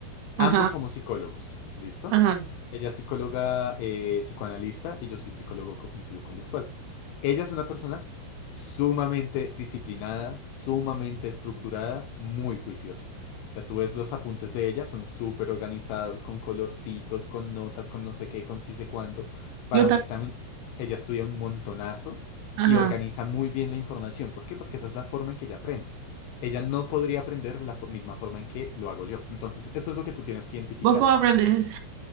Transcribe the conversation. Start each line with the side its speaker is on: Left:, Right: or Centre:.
Right: Ajá,
Left: Ambos somos psicólogos, ¿listo?
Right: ajá.
Left: Ella es psicóloga eh, psicoanalista y yo soy psicólogo cognitivo-conductual. Ella es una persona sumamente disciplinada, sumamente estructurada, muy juiciosa. O sea, tú ves los apuntes de ella, son súper organizados, con colorcitos, con notas, con no sé qué, con sí sé cuánto. Para
Right: Yo también,
Left: un examen, ella estudia un montonazo
Right: ajá.
Left: y organiza muy bien la información. ¿Por qué? Porque esa es la forma en que ella aprende. Ella no podría aprender de la fo- misma forma en que lo hago yo. Entonces, eso es lo que tú tienes que identificar.
Right: ¿Vos cómo aprendes?